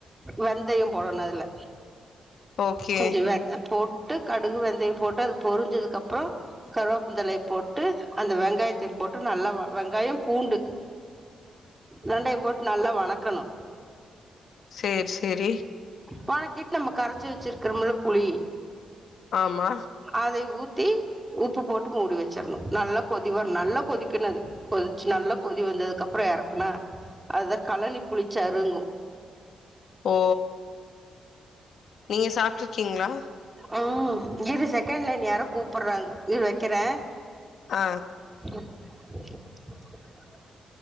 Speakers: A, on the right; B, on the left.
A: வெந்தயோ போடுனு அதுல
B: ஓகே
A: கொஞ்ச வேகப் போட் விட்டு கடுகு வெந்தய போட்டு அது பொரிஞ்சதுக்கு அப்றோ கருவப் ந்தலைய போட்டு அந்த வெங் வெங்காயத்த போட்டு நல்லா வெங்காயம் பூண்டு ரெண்டையும் போட்டு நல்லா வணக்கணு
B: சேரி சேரி
A: வணக்கிட்டு நம்ம கரைச்சு வச்சுருக்குறம்ல புளி
B: ஆமா
A: அதை ஊத்தி உப்பு போட்டு மூடி வச்சர்ணு நல்லா கொதிவர நல்லா கொதிக்கனு அது கொதிச்சு நல்லா கொதி வந்ததுக்கு அப்றோ எறக்குனா அதுதா களனி புளிச்சாருங்கு
B: ஓ நீங்க சாப்டுருக்கீங்களா
A: ம் இரு செகண்ட் லயன் யாரோ கூப்டுறாங்க இரு வைக்கேறே
B: ஆ
A: ம்